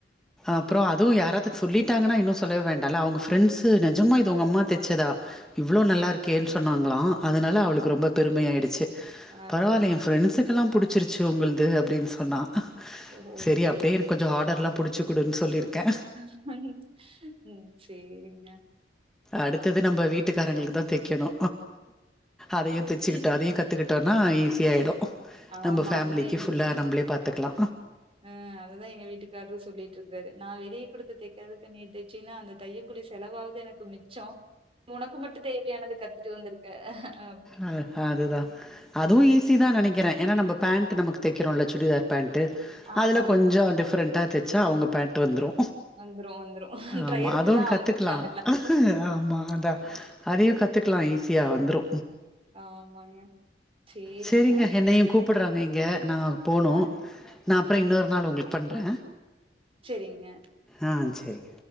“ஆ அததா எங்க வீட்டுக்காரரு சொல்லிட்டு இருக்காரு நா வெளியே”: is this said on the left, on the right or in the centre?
Right